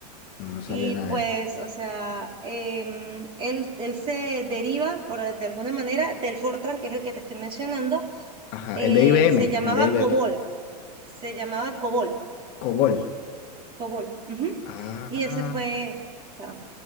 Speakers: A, on the left; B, on the right.
A: No, no sabía
B: Y
A: nada
B: pues,
A: de eso.
B: o sea, em, él, él se deriva, por, de alguna manera, del Fortran, que es el que te estoy mencionando,
A: Ajá,
B: eh,
A: el de IBM,
B: se llamaba
A: el de IBM,
B: COBOL, se llamaba COBOL,
A: COBOL.
B: COBOL. ujú.
A: Ah,
B: Y ese fue, o sea,